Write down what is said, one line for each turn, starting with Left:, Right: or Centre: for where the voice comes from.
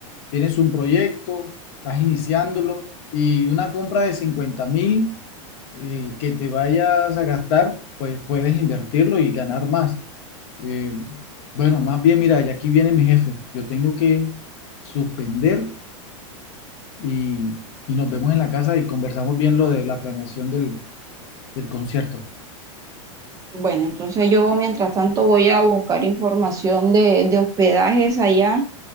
Left: tienes un proyecto, estás iniciándolo y una compra de cincuenta mil eh, que te vayas a gastar, pues puedes invertirlo y ganar más. Eh, bueno, más bien, mira, ya aquí viene mi jefe. Yo tengo que suspender y, y nos vemos en la casa y conversamos bien lo de la planeación del, del concierto.
Right: bueno, entonces yo mientras tanto voy a buscar información de, de hospedajes allá